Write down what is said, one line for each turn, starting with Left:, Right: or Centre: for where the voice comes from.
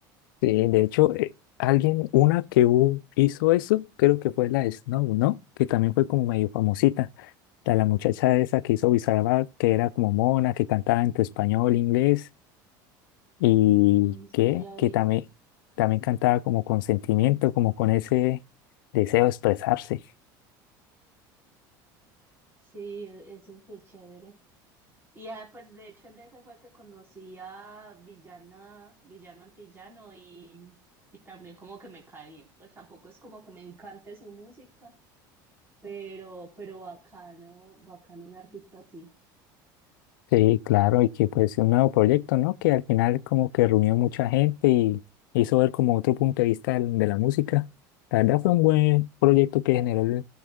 Left: Sí, de hecho, eh, alguien, una que hu- hizo eso, creo que fue la Snow, ¿no? Que también fue como medio famosita. La, la muchacha esa que hizo Bizarrap, que era como mona, que cantaba entre español, e inglés, y
Right: No,
Left: que,
Right: yo no la
Left: que
Right: vi.
Left: también, también cantaba como con sentimiento, como con ese deseo de expresarse.
Right: Sí, e- eso es muy chévere. Y ah, pues de hecho en ese fue que conocí a Villana, Villano Antillano y, y también como que me cae bien. Pues tampoco es como que me encante su música, pero, pero bacano, bacano un artista así.
Left: Sí, claro, y que pues un nuevo proyecto, ¿no? Que al final como que reunió mucha gente y hizo ver como otro punto de vista del- de la música. La verdad fue un buen proyecto que generó